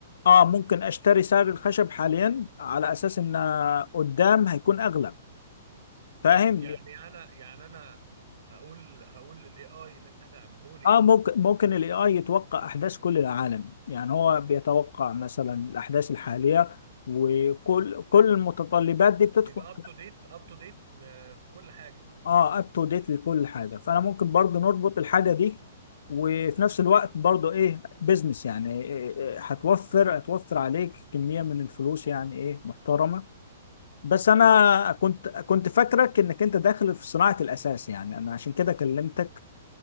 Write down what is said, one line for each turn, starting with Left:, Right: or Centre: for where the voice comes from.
Left: اه ممكن اشتري سعر الخشب حاليا على اساس ان قدام هيكون اغلى فاهم
Right: يعني انا يعني انا هقول هقول للاي اي اللي انت هتعمله لي
Left: اه ممكن ممكن الاي اي يتوقع احداث كل العالم يعني هو بيتوقع مثلا الاحداث الحاليه وكل كل المتطلبات دي بتدخل
Right: بيبقى اب
Left: في-
Right: تو ديت اب تو ديت في كل حاجه
Left: اه اب تو ديت لكل حاجه فانا ممكن برضو نربط الحاجه دي وفي نفس الوقت برضو ايه بزنس يعني إيه إيه هتوفر هتوفر عليك كميه من الفلوس يعني ايه محترمه بس
Right: مم.
Left: انا كنت كنت فاكرك انك انت داخل في صناعه الاساس يعني انا عشان كده كلمتك